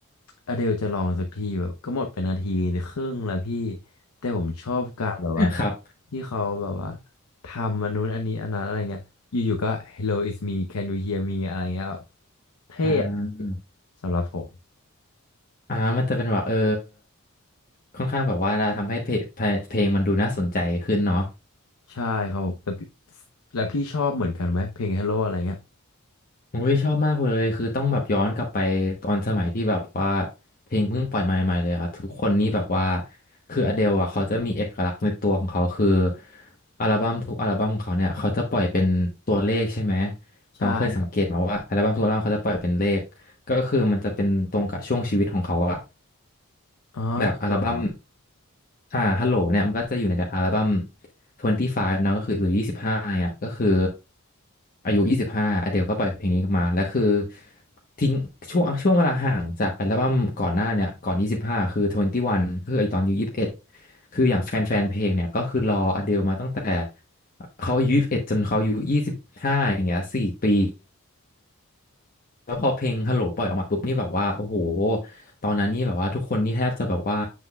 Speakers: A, on the left; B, on the left.
A: อเดลจะลองสักทีแบบก็หมดเป็นนาทีหรือครึ่งแล้วพี่แต่ผมชอบการแบบว่า
B: <laughs> ครับ
A: ที่เขาแบบว่าทำอันนู้นอันนี้อันนั้นอะไรเงี้ยอยู่ๆก็ Hello it's me can you hear me อะไรเงี้ยแบบเท่อะ
B: อ่า
A: สำหรับผม
B: อ่ามันจะเป็นแบบเออค่อนข้างแบบว่าทำให้เพลงเพลงมันดูน่าสนใจขึ้นเนาะ
A: ใช่ครับผมแต่พี่แล้วพี่ชอบเหมือนกันไหมเพลง Hello อะไรเงี้ย
B: อุ้ยชอบมากเลยคือต้องแบบย้อนกลับไปตอนสมัยที่แบบว่าเพลงเพิ่งปล่อยมาใหม่ๆเลยอะทุกคนนี่แบบว่าคืออเดลอะเขาจะมีเอกลักษณ์ในตัวของเขาคืออัลบั้มทุกอัลบั้มของเขาเนี่ยเขาจะปล่อยเป็นตัวเลขใช่ไหม
A: ใช่ครับ
B: น้องเคยสังเกตมาว่าอัลบั้มทุกอัลบั้มเขาจะปล่อยเป็นเลขก็คือมันจะเป็นตรงกับช่วงชีวิตของเขาอะ
A: อ๋อจริงเหรอครับ
B: แบบอัลบั้มอ่าฮัลโหลเนี่ยมันก็จะอยู่ในอัลบั้ม25เนอะก็คือหรือ25เนี่ยก็คืออายุ 25อเดลก็ปล่อยเพลงนี้มาแล้วคือทิ้งช่วงช่วงเวลาห่างจากอัลบั้มก่อนหน้าเนี่ยก่อน 25คือ 21คือไอตอนอายุ21 คืออย่างแฟนแฟนเพลงเนี่ยก็คือรออเดลมาตั้งแต่เขาอายุ21จนเขาอายุ25อย่างเงี้ย4ปี แล้วพอเพลงฮัลโหลปล่อยออกมาปุ๊บนี่แบบว่าโอ้โหตอนนั้นนี่แบบว่าทุกคนนี่แทบจะแบบว่า